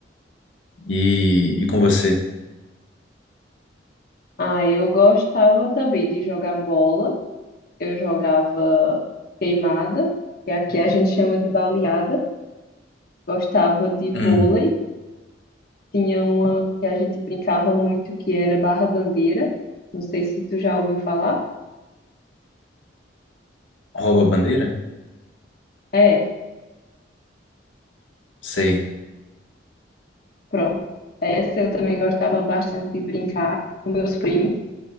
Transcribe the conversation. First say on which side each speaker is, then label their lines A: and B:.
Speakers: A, on the left (about 85°); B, on the left (about 55°).
A: E, e com você?
B: Ah, eu gostava também de jogar bola. eu jogava queimada, que aqui a gente chama de baleada. Gostava de
A: Hum,
B: vôlei. Tinha uma que a gente brincava muito, que era barra-bandeira. Não sei se tu já ouviu falar.
A: rouba a bandeira?
B: É,
A: Sei.
B: pronto. Essa eu também gostava bastante de brincar com meus primos,